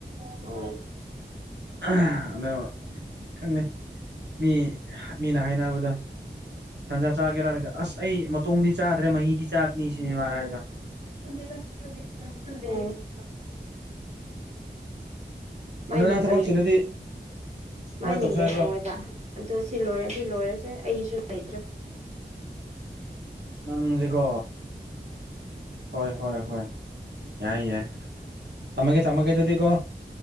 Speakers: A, on the right; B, on the right.
A: ꯍꯣꯏ
B: ꯑꯗꯣ ꯈꯪꯉ ꯃꯤ ꯃꯤꯅ ꯍꯥꯏꯅꯕꯗ ꯁꯟꯖꯥ ꯆꯥꯒꯦꯔꯥꯔꯒ ꯑꯁ ꯑꯩ ꯃꯇꯣꯡꯗꯤ ꯆꯥꯗ꯭ꯔꯦ ꯃꯍꯤꯗꯤ ꯆꯥꯒꯅꯤ
A: <unintelligible>
B: ꯁꯤꯅꯦ ꯃꯥꯅ ꯍꯥꯏꯕꯗꯣ
A: <inaudible> ꯃꯥꯏꯅꯤꯡ
B: ꯑꯗꯣ ꯅꯪ ꯊꯕꯛ
A: ꯀ
B: ꯆꯤꯜꯂꯗꯤ
A: ꯃꯅꯤꯡꯈꯩ
B: ꯀꯃꯥꯏꯅ ꯇꯧꯁꯦ ꯍꯥꯏꯕ꯭ꯔꯣ
A: ꯇꯧꯋꯦꯕ ꯑꯗꯣ ꯁꯤ ꯂꯣꯏꯔꯁꯤ ꯂꯣꯏꯔꯁꯦ ꯑꯩꯒꯤꯁꯨ ꯃꯩꯇ꯭ꯔ
B: ꯅꯪꯁꯤꯀꯣ ꯍꯣꯏ ꯍꯣꯏ ꯍꯣꯏ ꯌꯥꯏ ꯌꯥꯏ ꯆꯃꯒꯦ ꯆꯃꯒꯦꯇꯇꯀꯣ